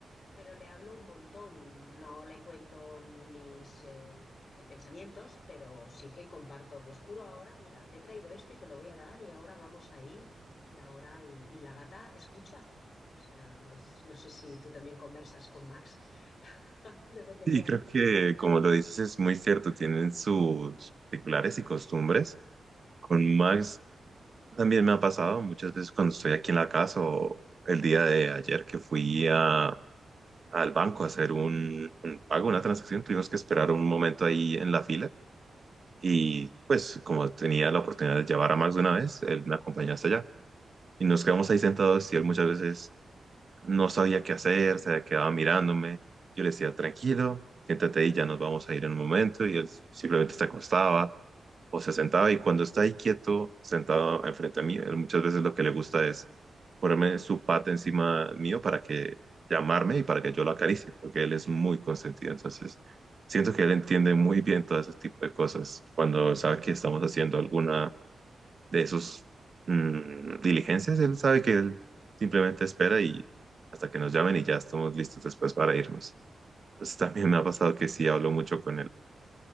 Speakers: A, on the left (about 55°); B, on the right (about 45°).
A: pero le hablo un montón. No le cuento mis eh, eh, pensamientos, pero sí que comparto, pues curo ahora, mira, te he traído esto y te lo voy a dar y ahora vamos a ir y ahora y, y la gata escucha. O sea, es- no sé si tú también conversas con Max <laughs> de vez en
B: Sí,
A: cuando.
B: creo que como lo dices es muy cierto, tienen sus particulares y costumbres. Con Max también me ha pasado muchas veces cuando estoy aquí en la casa o el día de ayer que fui a, al banco a hacer un, un pago, una transacción, tuvimos que esperar un momento ahí en la fila y pues como tenía la oportunidad de llevar a Max de una vez, él me acompañó hasta allá y nos quedamos ahí sentados y él muchas veces No sabía qué hacer, se quedaba mirándome. Yo le decía, tranquilo, siéntate ahí, ya nos vamos a ir en un momento. Y él simplemente se acostaba o se sentaba. Y cuando está ahí quieto, sentado enfrente a mí, él muchas veces lo que le gusta es ponerme su pata encima mío para que llamarme y para que yo lo acaricie, porque él es muy consentido. Entonces, siento que él entiende muy bien todo ese tipo de cosas. Cuando sabe que estamos haciendo alguna de esos mm, diligencias. Él sabe que él simplemente espera y hasta que nos llamen y ya estamos listos después para irnos. Pues también me ha pasado que sí hablo mucho con él.